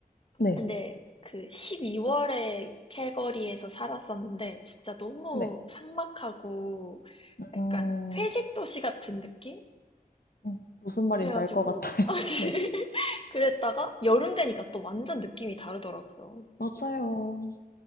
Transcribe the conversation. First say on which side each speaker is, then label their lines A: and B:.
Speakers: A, on the left; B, on the left.
A: 네,
B: 근데 그 12월에 캘거리에서 살았었는데, 진짜 너무
A: 네.
B: 삭막하고,
A: 음,
B: 약간 회색 도시 같은 느낌?
A: 음, 무슨 말인지
B: 그래가지고
A: 알 것 같아요.
B: <laughs>
A: <laughs> 네,
B: 그랬다가 여름 되니까 또 완전 느낌이 다르더라고요.
A: 맞아요.